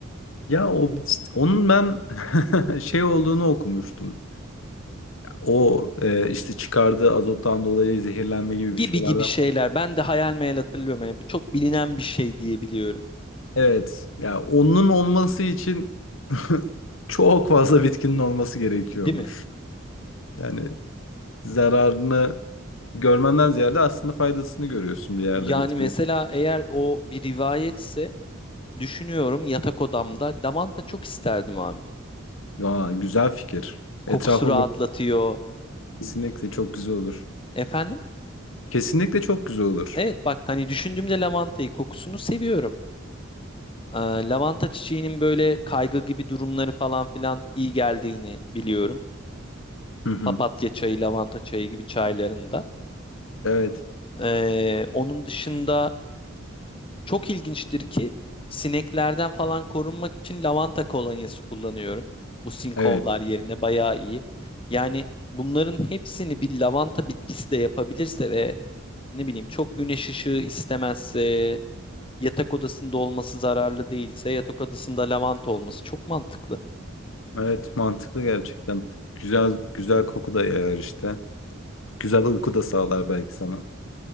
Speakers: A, on the left; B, on the left.
A: Ya o işte onun ben <laughs> şey olduğunu okumuştum. O e, işte çıkardığı azottan dolayı zehirlenme gibi
B: Gibi
A: bir şeylerden.
B: gibi şeyler. Ben de hayal meyal hatırlıyorum. Yani bu çok bilinen bir şey diyebiliyorum.
A: Evet. Ya onun olması için <laughs> çok fazla bitkinin olması gerekiyormuş.
B: Değil mi?
A: Yani zararını görmenden ziyade aslında faydasını görüyorsun bir yerde
B: Yani
A: bitki.
B: mesela eğer o bir rivayetse düşünüyorum yatak odamda lavanta çok isterdim abi.
A: Aa, güzel fikir.
B: Kokusu
A: Etrafı
B: rahatlatıyor.
A: böyle kesinlikle çok güzel olur.
B: Efendim?
A: Kesinlikle çok güzel olur.
B: Evet bak hani düşündüğümde lavantayı kokusunu seviyorum. Ee, lavanta çiçeğinin böyle kaygı gibi durumları falan filan iyi geldiğini biliyorum.
A: Hı hı.
B: Papatya çayı, lavanta çayı gibi çaylarında.
A: Evet.
B: Ee, onun dışında Çok ilginçtir ki sineklerden falan korunmak için lavanta kolonyası kullanıyorum. Bu sinkovlar
A: Evet.
B: yerine bayağı iyi. Yani bunların hepsini bir lavanta bitkisi de yapabilirse ve ne bileyim çok güneş ışığı istemezse, yatak odasında olması zararlı değilse yatak odasında lavanta olması çok mantıklı.
A: Evet, mantıklı gerçekten. Güzel güzel koku da yayar işte. Güzel uyku da sağlar belki sana.